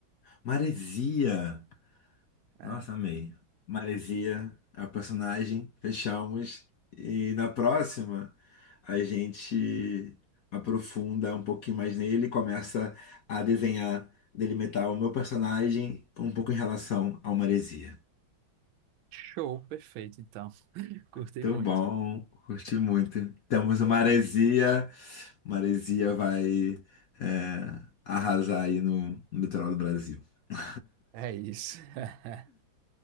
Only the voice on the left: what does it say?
Maresia.
Nossa, amei. Maresia é o personagem, fechamos. E na próxima, a gente aprofunda um pouquinho mais nele, começa a desenhar, delimitar o meu personagem um pouco em relação ao Maresia.
Muito
bom, curti muito. Temos o Maresia. Maresia vai, é, arrasar aí no, no litoral do Brasil. <laughs>